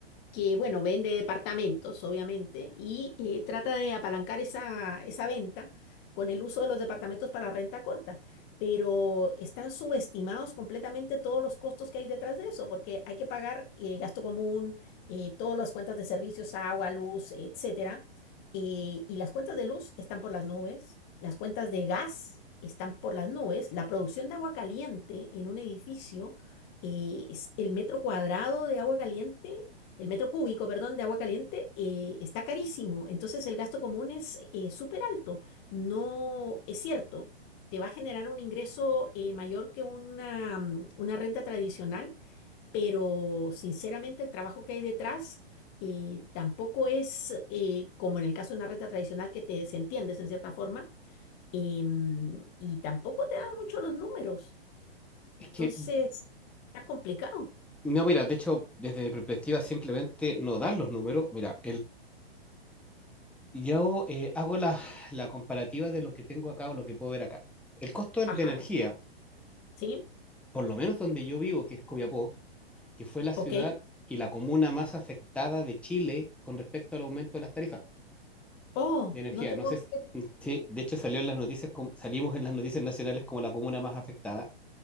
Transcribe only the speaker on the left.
que, bueno, vende departamentos, obviamente, y eh, trata de apalancar esa, esa venta con el uso de los departamentos para renta corta, pero están subestimados completamente todos los costos que hay detrás de eso, porque hay que pagar eh, gasto común, eh, todas las cuentas de servicios, agua, luz, etcétera, eh, y las cuentas de luz están por las nubes, las cuentas de gas están por las nubes, la producción de agua caliente en un edificio eh, es- el metro cuadrado de agua caliente el metro cúbico, perdón, de agua caliente eh, está carísimo. Entonces el gasto común es eh, súper alto. No es cierto, te va a generar un ingreso eh, mayor que una, mm, una renta tradicional, pero sinceramente el trabajo que hay detrás eh, tampoco es eh, como en el caso de una renta tradicional que te desentiendes en cierta forma em, y tampoco te dan mucho los números.
Entonces,
está complicado.
Ajá,
¿sí?
Ok.
Oh,
no te
puedo
creer.